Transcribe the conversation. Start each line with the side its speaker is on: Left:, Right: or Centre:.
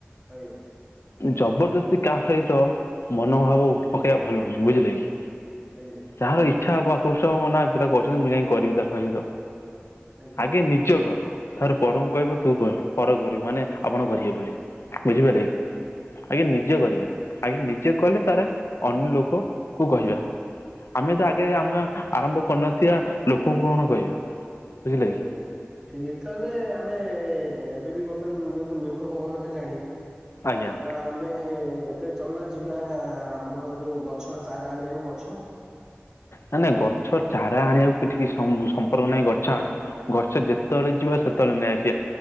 Right: ଆଜ୍ଞା
Left: ଜବରଦସ୍ତି କାହା ସହିତ ମନୋଭାବ ପକେଇବା ଭଲ ନହିଁ ବୁଝିଲେ କି।
Right: ଆଜ୍ଞା
Left: ଯାହାର ଇଚ୍ଛ ହବ <unintelligible> ଏ ପିଲା କରଛନ୍ତି ମୁଁ ଯାଇକି କରିବି ତାଙ୍କ ସହିତ
Right: ଆଜ୍ଞା
Left: ଆଗେ ନିଜ କର ତାରେ ପରଙ୍କୁ କହିବ ତୁ କର କରିବୁ ମାନେ ଆପଣ କରିବେ ବୋଲି। ବୁଝିପାରିଲେ କି ଆଜ୍ଞା ନିଜେ କରିବା। ଆଜ୍ଞା ନିଜେ ଗଲେ ତାର ଅନ୍ୟ ଲୋକ କୁ କହିବା। ଆମେ ତ ଆଗେ ଆମ ଆରମ୍ଭ କରିନଥିବା ଲୋକଙ୍କୁ କଣ କହିବା। ବୁଝିଲେ କି
Right: ଆଜ୍ଞା ଆଜ୍ଞା ଠିକ ତାହେଲେ ଆମେ ଏବେ ବି ବର୍ତ୍ତମାନ ଯେତୁ ମେଘ ପବନ ହେଲାଣି।
Left: ଆଜ୍ଞା
Right: ତ ଆମେ ଏବେ ଚଲୁନା ଯିବା ଆମର ଯୋଉ ଗଛ ଚାରା ଆଣିବାକୁ ଗଛ।
Left: ନାଇ ନାଇଁ ଗଛ ଚାରା ଆଣିବାକୁ ଟିକେ ସମ୍ପର୍କ ନାହିଁ ଗଛ ଆଣିବା। ଗଛ ଯେତେବେଳେ ଯିବା ସେତେବେଳେ ନେଇ ଆସିବା